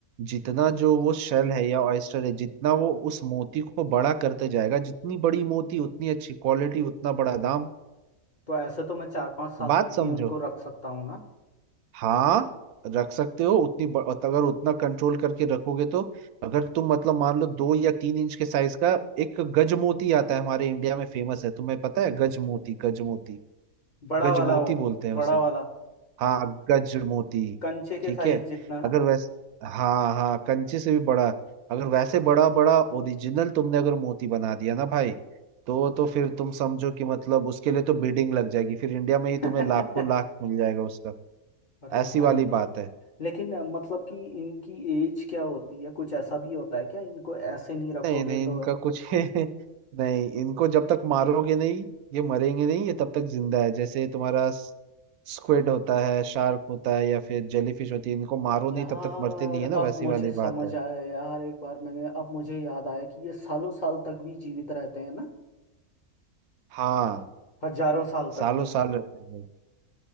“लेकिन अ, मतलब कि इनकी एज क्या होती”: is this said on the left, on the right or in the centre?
Left